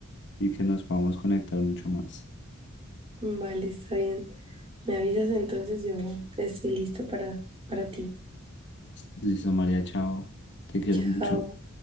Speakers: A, on the left (about 55°); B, on the right (about 30°).
A: y que nos podamos conectar mucho más.
B: Vale, está bien. Me avisas entonces, yo estoy lista para, para ti.
A: Listo, María, chao, te quiero
B: Chao.
A: mucho.